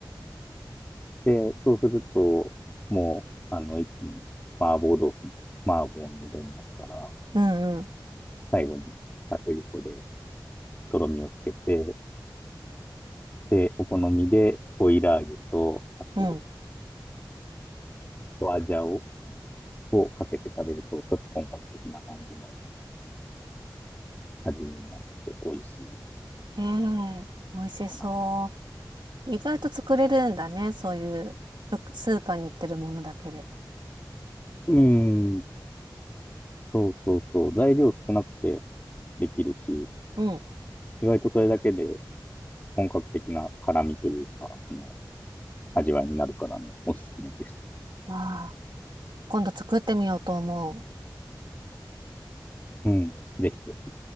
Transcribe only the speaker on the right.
うん。
うん
ええ、美味しそ
う。意外と作れるんだね。そういう、よくスーパーに売ってるものだけで。
うん。
ああ、今度作ってみようと思う。